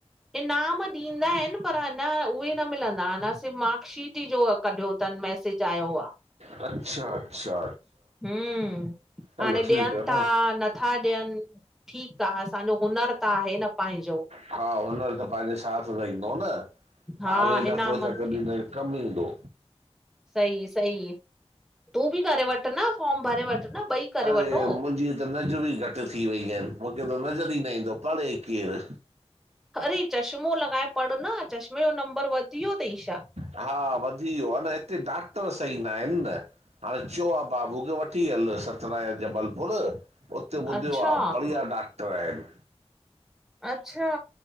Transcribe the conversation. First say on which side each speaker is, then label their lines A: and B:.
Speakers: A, in the centre; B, on the right (about 80°).
A: इनाम ॾींदा आहिनि पर अञा उहे न मिलंदा अञा सिर्फ मार्कशीट ई जो कढियो तन मैसेज। चायो आ।
B: अच्छा, अच्छा।
A: हम्म
B: हलो
A: हाणे ॾियनि
B: ठीकु आहे
A: था न -- ना ॾियनि ठीकु आहे असांजो हुनरु त आहे न पाहिंजो।
B: हा हुनर त पाहिंजे साथ र ईंदो न
A: हा
B: आरे दफ़ो
A: इनामनि
B: त कॾहिं न। कम ईंदो।
A: सई -सई तूं बि करे वठ न, फॉर्म भरे वठ न ॿई। करे
B: अड़े
A: वठो
B: मुंहिंजी त नज़र ई घटि थी वई आहिनि मूंखे त नज़र ई न ईंदो परढ़े केरु।
A: अड़े चश्मो लॻाए प़ड़ न, चश्मे जो नंबर वधी वियो तई छा।
B: हा वधी वियो आ न हिते डॉक्टर सही न आयन न। हाणे चओ आहे बाबू खे वठी हल सतना या जबलपुर। उते ॿुधियो
A: अच्छा
B: आहे बढ़िया डॉक्टर आहिनि।
A: अच्छा,